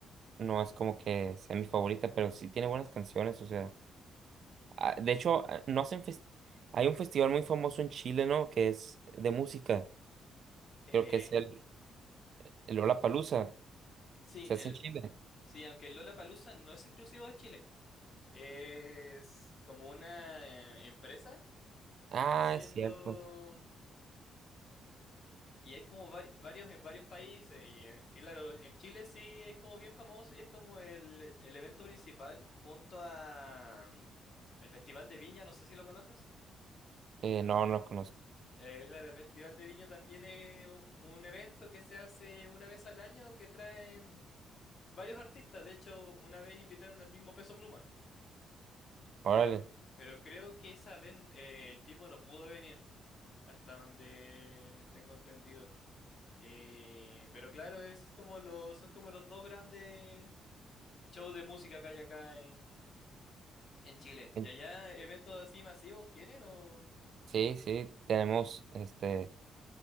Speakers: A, on the right; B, on the left.
A: no es como que sea mi favorita, pero sí tiene buenas canciones, o sea, ah, de hecho, ah, no hacen fes- hay un festival muy famoso en Chile, ¿no? Que es de música,
B: Eh,
A: creo que es el, el Lollapalooza,
B: sí,
A: se hace
B: el,
A: en Chile.
B: sí, aunque el Lollapalooza no es exclusivo de Chile. Es como una eh, empresa
A: Ah,
B: que va haciendo...
A: es cierto,
B: Y hay como vari- varios en varios países. Y, eh, y claro, en Chile sí es como bien famoso y es como el, el evento principal junto a... mm, El Festival de Viña, no sé si lo conoces.
A: eh, no, no lo conozco,
B: Eh, claro, el Festival de Viña también es un un evento que se hace una vez al año que traen... Varios artistas, de hecho, una vez invitaron al mismo Peso Pluma,
A: órale.
B: pero, pero creo que esa vez eh, el tipo no pudo venir, hasta donde tengo entendido. Eh, pero claro, es como los, son como los dos grandes shows de música que hay acá en, en Chile.
A: En-
B: ¿Y allá eventos así masivos tienen o...? Eh,
A: Sí, sí, tenemos, este...